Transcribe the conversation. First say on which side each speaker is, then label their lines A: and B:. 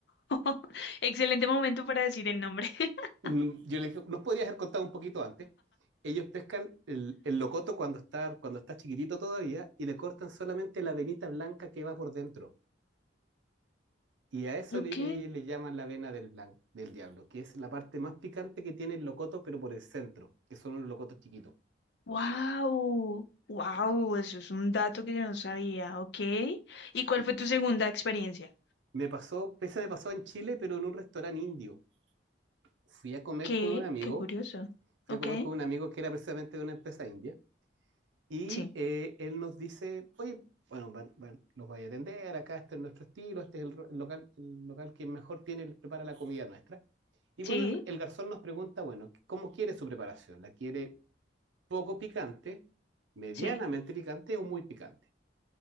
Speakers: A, on the left (about 65°); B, on the right (about 85°).
A: <laughs> Excelente momento para decir el nombre. <laughs>
B: Mm, Yo le dije, ¿nos podías haber contado un poquito antes? Ellos pescan el, el locoto cuando está, cuando está chiquitito todavía y le cortan solamente la venita blanca que va por dentro. Y a eso
A: Ok.
B: le, eh, le llaman la vena del blan- del diablo, que es la parte más picante que tiene el locoto, pero por el centro, que son los locotos chiquitos.
A: Wow. Wow, eso es un dato que yo no sabía, ¿ok? ¿Y cuál
B: Y
A: fue tu segunda experiencia?
B: me pasó, pese me pasó en Chile, pero en un restaurante indio. Fui a comer
A: ¿Qué?
B: con un amigo,
A: Qué curioso.
B: fui
A: ¿Ok?
B: a comer con un amigo que era precisamente de una empresa india, y
A: Sí,
B: eh, él nos dice, oye, bueno, van, van- los voy a atender, acá este es nuestro estilo, este es el, ro- el local, el local que mejor tiene, prepara la comida nuestra. Y
A: sí,
B: bueno, el, el garzón nos pregunta, bueno, ¿cómo quiere su preparación? ¿La quiere poco picante, medianamente
A: sí.
B: picante o muy picante.